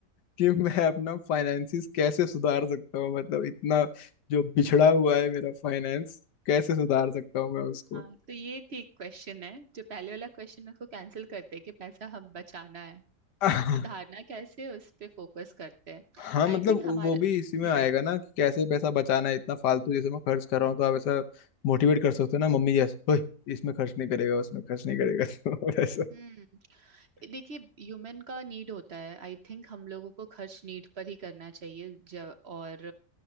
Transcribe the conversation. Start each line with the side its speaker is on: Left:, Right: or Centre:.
Left: कि मैं अपना फाइनेंसिस कैसे सुधार सकता हूँ मतलब इतना जो बिछड़ा हुआ है मेरा फाइनेंस कैसे सुधार सकता हूँ मैं उसको
Right: हाँ तो ये ठीक क्वेश्चन है जो पहले वाला क्वेश्चन है उसको कैंसिल करते हैं कि पैसा हम बचाना है
Left: <laughs>
Right: सुधारना कैसे उस पे फोकस करते हैं
Left: हाँ मतलब
Right: आई थिंक
Left: वो
Right: हमारे
Left: वो भी इसी में
Right: हम्म
Left: आएगा ना कि कैसे पैसा बचाना है इतना फालतू जैसे मैं खर्च कर रहा हूँ तो आप ऐसा मोटिवेट कर सकते हो ना मम्मी जैसे ओए इसमें खर्च नहीं करेगा उसमें खर्च नहीं करेगा <laughs> तो वैसा
Right: हम्म देखिए ह्यूमन का नीड होता है आई थिंक हम लोगों को खर्च नीड पर ही करना चाहिए ज- और